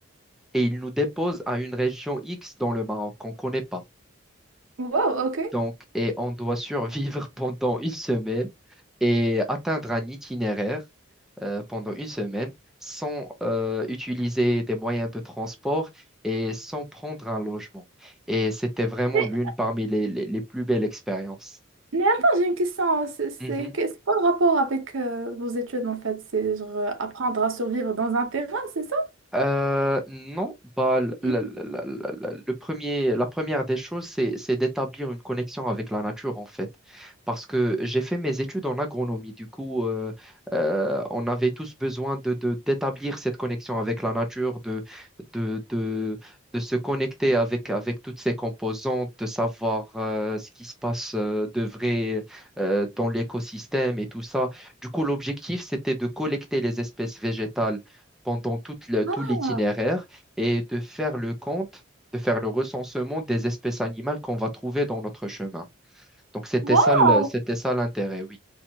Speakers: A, in the centre; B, on the right (about 70°).
A: et il nous dépose à une région X dans le Maroc qu'on connaît pas.
B: Wow, ok.
A: Donc, et on doit survivre <laughs> pendant une semaine et atteindre un itinéraire euh, pendant une semaine sans euh, utiliser des moyens de transport et sans prendre un logement. Et c'était vraiment
B: Mais,
A: l'une parmi les les- les plus belles expériences.
B: mais attends, j'ai une question. C'est c'est
A: Mhm.
B: que- c'est quoi le rapport avec euh, vos études en fait? C'est genre euh, apprendre à survivre dans un terrain, c'est ça?
A: Euh, non, bah, l- l-
B: Mhm.
A: l- l- l- l- le premier, la première des choses, c'est, c'est d'établir une connexion avec la nature, en fait. Parce que j'ai fait mes études en agronomie. Du coup, euh, euh, on avait tous besoin de, de- d'établir cette connexion avec la nature, de, de, de, de se connecter avec, avec toutes ses composantes, de savoir euh, ce qui se passe euh, de vrai euh, dans l'écosystème et tout ça. Du coup, l'objectif, c'était de collecter les espèces végétales pendant toute la- tout
B: Ah,
A: l'itinéraire et de faire le compte, de faire le recensement des espèces animales qu'on va trouver dans notre chemin. Donc c'était
B: wow!
A: ça, le- c'était ça l'intérêt, oui.